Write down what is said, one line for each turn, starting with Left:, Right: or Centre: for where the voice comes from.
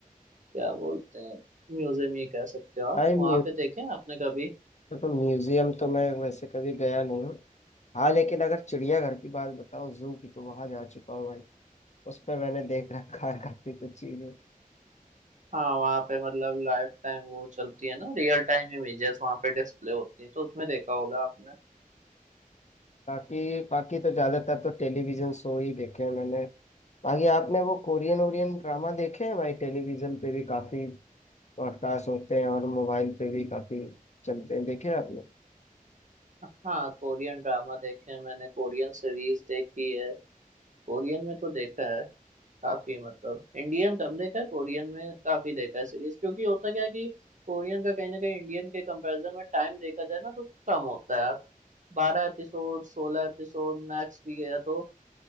Right: क्या बोलते हैं म्यूजियम ही कह सकते हो आप
Left: आई
Right: वहाँ
Left: म्यू
Right: पे देखे हैं आपने कभी
Left: देखो म्यूजियम तो मैं वैसे कभी गया नहीं हूँ हाँ लेकिन अगर चिड़ियाघर की बात बताओ जू की तो वहां जा चुका हूँ भाई उसमें मैंने देख रखा है काफी कुछ चीजें
Right: हाँ वहाँ पे मतलब लाइफ टाइम वो चलती है ना रियल टाइम इमेजेस वहाँ पे डिस्प्ले होती हैं तो उसमें देखा होगा आपने
Left: बाकी बाकी तो ज्यादातर तो टेलीविजन शो ही देखे हैं मैंने बाकी आपने वो कोरियन ओरियन ड्रामा देखे हैं भाई टेलीविजन पे भी काफी ब्रॉडकास्ट होते हैं और मोबाइल पे भी काफी चलते हैं देखे हैं आपने
Right: हाँ कोरियन ड्रामा देखे हैं मैंने कोरियन सीरीज देखी है कोरियन में तो देखा है काफी मतलब इंडियन कम देखा है कोरियन में काफी देखा है सीरीज क्योंकि होता क्या है कि कोरियन का कहीं ना कहीं इंडियन के कंपैरिजन में टाइम देखा जाए ना तो कम होता है बारह एपिसोड सोलह एपिसोड मैक्स भी गया तो